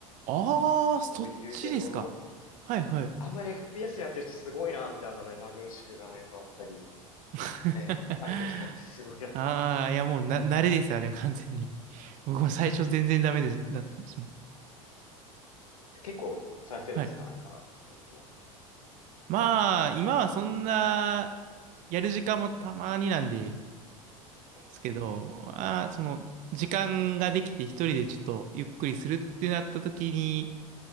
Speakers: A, on the right; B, on the left.
A: ああ、そっちですか。
B: そういう系統の
A: はいはい。
B: あんまり FPS やってる人すごいなってあんな目まぐるしく画面変わったり、
A: <laughs>
B: ね、相手とやってすごいなと。
A: ああ、いやもうな、慣れです、あれは完全に。<laughs> 僕も最初全然ダメです、
B: うん。
A: だったんですもん。
B: じゃあ結構されてるんですかなんか、
A: はい。
B: そういうゲーム。
A: まあ、今はそんな、やる時間もたまになんで
B: え
A: すけど、まあ、その、時間ができて一人でちょっとゆっくりするってなった時に、